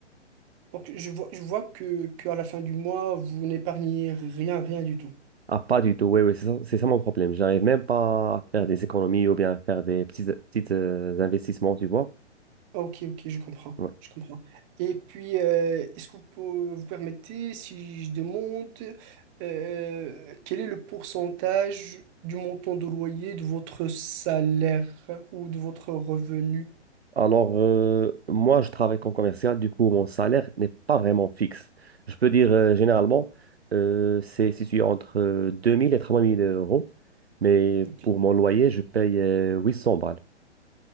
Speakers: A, on the right (about 25°); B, on the right (about 60°).
A: Donc, je vois, je vois que, que à la fin du mois, vous n'épargnez rien, rien du tout.
B: Ah, pas du tout, oui, oui, c'est ça, c'est ça mon problème. J'arrive même pas à faire des économies ou bien à faire des petits, petits euh, investissements, tu vois.
A: Ok, ok, je comprends,
B: Ouais.
A: je comprends. Et puis, euh, est-ce que vous, pou- vous permettez, si je demande, euh, quel est le pourcentage du montant de loyer de votre salaire ou de votre revenu?
B: Alors, euh, moi, je travaille comme commercial, du coup, mon salaire n'est pas vraiment fixe. Je peux dire, euh, généralement, euh, c'est situé entre euh, 2000 et 3000 euros, mais
A: Ok.
B: pour mon loyer, je paye euh, 800 balles.